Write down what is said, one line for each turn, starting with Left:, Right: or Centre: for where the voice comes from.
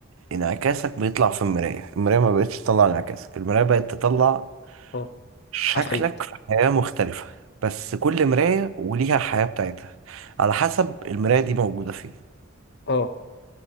Right: انعكاسك بيطلع في المرايه المرايه ما بقتش تطلع انعكاسك المرايه بقت تطلع
Left: اه
Right: شكلك
Left: عفاريت
Right: في حياه مختلفه بس كل مرايه وليها حياه بتاعتها على حسب المرايه دي موجوده فين
Left: اه